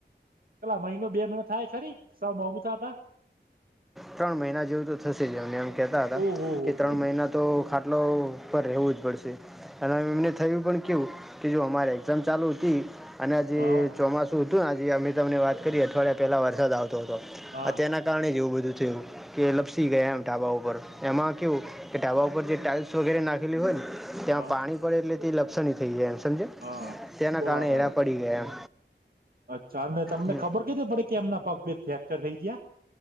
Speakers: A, on the right; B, in the centre.
A: પેલા મહિનો બે મહિનો થાય ખરી સાવ બમુથા હતા
B: ત્રણ મહિના જેવું તો થશે જમને એમ કેહેતા હતા,
A: ઓહો હો
B: કે ત્રણ
A: હો
B: મહિના તો ખાટલો પર રહેવું જ પડશે. અને એમને થયું પણ કેવુ જો અમારી એક્ઝામ ચાલુ હતી. અને જે
A: હા
B: ચોમાસું હતું ને જે અમે તમને વાત કરી અઠવાડિયા પહેલા વરસાદ આવતો હતો
A: હા
B: અત્યારના કારણે જવું બધું થયું કે લપસી ગયા, એમ ઢાબા ઉપર એમાં કેવું કે ઢાબા ઉપર જે ટાઇલ્સ વગેરે નાખેલી હોય નેયામાં
A: હા
B: પાણી પડે એટલે તે લપસણી થઈ જાય એમ સમજ્યાં.
A: હા
B: તેના
A: બરાબર
B: કારણે હેરા પડી ગયા.
A: અચ્છા અને તમને
B: હમ
A: ખબર કેધ પડે કે એમના પગ બે ફ્રેક્ચર થઈ ગયા?